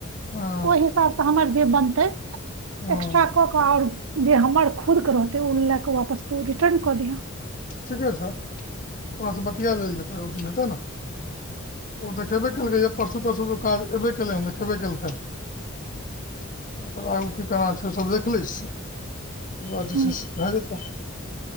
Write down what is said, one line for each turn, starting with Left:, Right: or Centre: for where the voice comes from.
Left: हँ
Right: ओहि हिसाबसे हमर जे बनतै
Left: हँ
Right: एक्स्ट्रा कऽ क ओर जे हमर खुदके रहतै ओ लए कऽ वापस तू रिटर्न कऽ दिहे
Left: ठीके छै ओकरा सॅ बतिया लेल जेतै ओ चीज हेतै ने ओ देखे बे कैलकै यै परसू सुतू सुतू काज एबे केलै हन त खेबे केलकै हन ओकर आगू की केना छै सब देख लए छियै ओकर बाद जे
Right: हूँ
Left: छै से भए जेतै